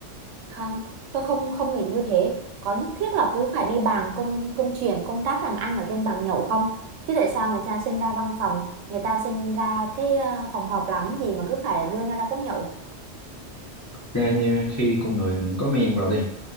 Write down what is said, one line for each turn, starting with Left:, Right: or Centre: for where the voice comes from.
Right: Không, tôi không không nghĩ như thế. Có nhất thiết là cứ phải đi bàn công công chuyện, công tác làm ăn ở trên bàn nhậu không? Chứ tại sao người ta sinh ra văn phòng, người ta sinh ra cái ờ, phòng họp làm gì mà cứ phải đưa nhau ra quán nhậu?
Left: Ra nha, khi con người mình có men vào đi